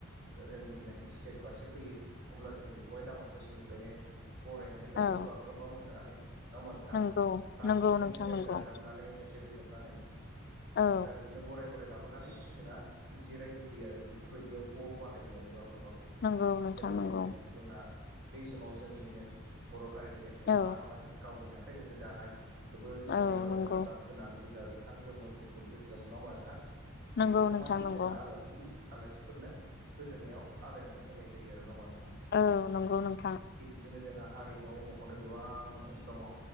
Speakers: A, on the right; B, on the left.
A: जोंनि जेनाखि स्टेज फारसे फैयो अब्ला जोङो बे खौहाय लामा सावसेनिफ्रायनो फरायनानै लायो
B: औ
A: बागुरुम्बा मोसानानै। नङा होमबा नोंथां?
B: नंगौ
A: खाम
B: नंगौ
A: सिफुं
B: नोंथां
A: सेरजा
B: नंगौ
A: दामनानै मेथाइ रोजाबनानै
B: औ
A: दा बिदिनो बराय - बराय लाोनानै जोंहा जिराय होफैयो आरो बेफोरबायदियाव ब-बाहायो आरो बागुरुम्बाखौ।
B: नंगौ नोंथां
A: लोगोसेनो
B: नंगौ
A: जोंहा बै समाव जोंनिनो बर' हारिनि जायखि
B: औ
A: आर'नाइ गावनि आखाइजोंनो दानाय। जोबोद समायना
B: औ
A: रमायना
B: नंगौ
A: गाब गोनां गोजा गोथां गोमो गुफुर गोसोम नङा होमबा नोंथां?
B: नंगौ
A: बेफोरखौ
B: नोंथां
A: माने
B: नंगौ
A: जोंहा आलासि। आलासिफोरनो गोदोनायाव आलायनानै होनाय जायो आरो नङा होनबा नोंथां?
B: औ नंगौ नोंथां।
A: थिग बिदिनो जोंहा हारिमुआव मख'नो गोबां दङ